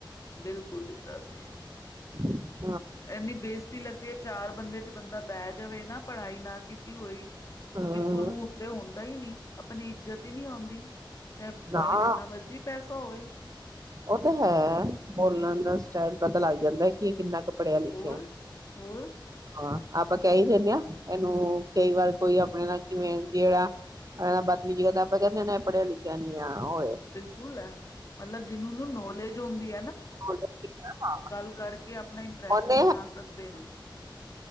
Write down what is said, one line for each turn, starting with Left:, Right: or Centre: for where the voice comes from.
Left: ਬਿਲਕੁਲ ਦਿੱਤਾ ਸੀ।
Right: ਆਡੀਓ ਬਿਲਕੁਲ ਖਾਲੀ ਹੈ।
Left: ਇੰਨੀ ਬੇਜਤੀ ਲੱਗਦੀ ਹੈ ਚਾਰ ਬੰਦੇ ਚ ਬੰਦਾ ਬਹਿ ਜਾਵੇ ਨਾ ਪੜ੍ਹਾਈ ਨਾ ਕੀਤੀ ਹੋਈ
Right: ਹਮ
Left: ਬਿਲਕੁਲ ਮੂੰਹ ਉੱਤੇ ਹੁੰ ਦਈ ਨੀ ਆਪਣੀ ਇੱਜਤ ਹੀ ਨਹੀਂ ਆਉਂਦੀ ਚਾਹੇ
Right: ਨਾ
Left: ਬਾਵੇਂ ਜਿੰਨਾ ਮਰਜ਼ੀ ਪੈਸਾ ਧੋਵੀ
Right: ਉਹ ਤਾਂ ਹੈ ਬੋਲਣ ਦਾ ਸਟਾਈਲ ਪਤਾ ਲੱਗ ਜਾਂਦਾ ਕਿ ਇਹ ਕਿੰਨਾ ਕ ਪੜਿਆਂ ਲਿਖਿਆ,
Left: ਹੋਰ ਹੋਰ
Right: ਹਾਂ ਆਪਾਂ ਕਹਿ ਹੀ ਦਿੰਦੇ ਹਾਂ ਇਹਨੂੰ ਕਈ ਵਾਰ ਕੋਈ ਆਪਣੇ ਨਾਲ ਕਿਵੇਂ ਜਿਹੜਾ ਆ ਬਦਮੀਜੀ ਕਰਦਾ ਆਪਾਂ ਕਹਿੰਦੇ ਹਾਂ ਨਾ ਇਹ ਪੜ੍ਹਿਆ ਲਿਖਿਆ ਨੀ ਆ ਹੋਏ
Left: ਬਿਲਕੁਲ ਹੈ ਮਤਲਬ ਜਿਹਨੂੰ ਨਾ ਨੌਲੇਜ ਹੁੰਦੀ ਆ
Right: ਅੱਧੇ ਤੋਂ ਜਿਆਦਾ
Left: ਕਰਕੇ ਆਪਣਾ ਇੰਪ੍ਰੈਸ਼ਨ
Right: ਆਡੀਓ ਸਮਝ ਨਹੀਂ
Left: ਬਣਾ ਸਕਦੇ ਨੇ